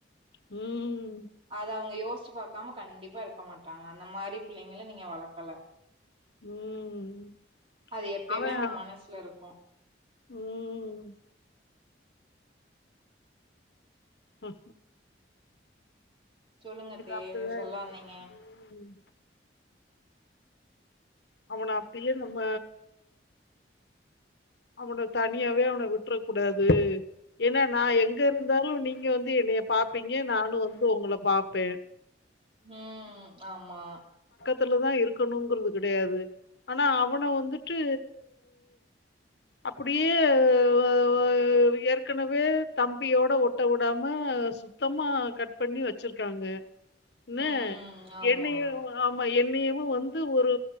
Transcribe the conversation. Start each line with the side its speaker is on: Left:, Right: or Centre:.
Left: ம்.
Right: அத அவங்க யோச்சு பாக்காம கண்டிப்பா இருக்க மாட்டாங்க அந்த மாரிப் பிள்ளைங்கள நீங்க வளர்க்கல
Left: ம்.
Right: அது எப்பேயுமே
Left: அவன்
Right: அவங்க் மனச்ல இருக்கு
Left: ம். ஹ
Right: சொல்லுங்கத்தெயே
Left: அப்படிதான்
Right: சொல்லாதீங்க
Left: இருக்கு. ம். அவன அப்டியே நம்ம அவன தனியாவே அவன விட்ர கூடாது ஏனா நா எங்க இருந்தாலு நீங்க வந்து என்னய பாப்பீங்க நானு வந்து உங்கள பாப்பே
Right: ஹ ஆமா
Left: துலதா இருக்கணுங்குறது கிடையாது ஆனா அவன வந்துட்டு அப்டியே ஆ ஏற்கனவே தம்பியோட ஒட்ட வுடாம சுத்தமா கட் பண்ணி வச்சுருகாங்க ன்னு
Right: ம் ஆமா
Left: என்னய வு ஆமா என்னயவு வந்து ஒரு